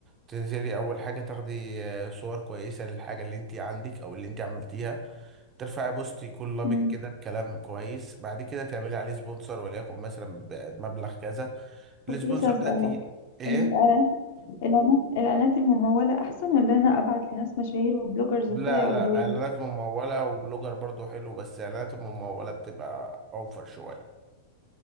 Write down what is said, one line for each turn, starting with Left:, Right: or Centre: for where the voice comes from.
Right: تنزلي اول حاجه تاخدي آه، صور كويسه للحاجه اللي انت عندك او اللي انت عملتيها ترفعي بوست يكون لابق
Left: امم
Right: كده بكلام كويس بعد كده تعملي عليه سبونسر وليكن مثلا بمبلغ كذا
Left: كنت
Right: السبونسر
Left: لسه اسالك
Right: ده تيجي ايه
Left: الاعلانات الاعلانات الإعلانات المموله احسن ولا انا ابعت لناس مشاهير وبلوجرز
Right: لا
Left: وكده يعرضوا
Right: لا اعلانات
Left: لي
Right: ممولة وبلوجر برضو حلو بس اعلانات الممولة بتبقى اوفر شوية